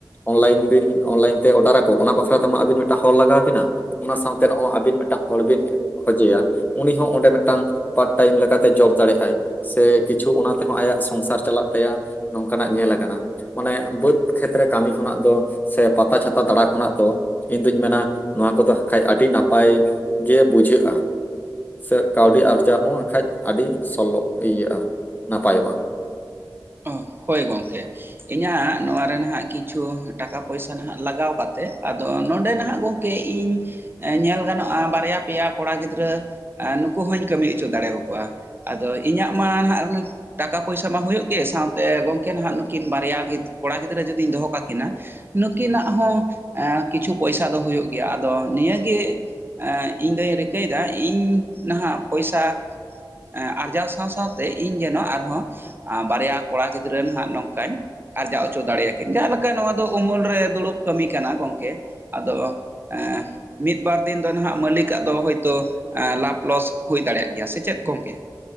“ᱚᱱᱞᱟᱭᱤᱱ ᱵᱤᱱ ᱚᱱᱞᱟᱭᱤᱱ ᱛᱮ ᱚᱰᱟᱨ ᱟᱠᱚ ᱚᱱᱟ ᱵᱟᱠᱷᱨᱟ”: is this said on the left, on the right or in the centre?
Left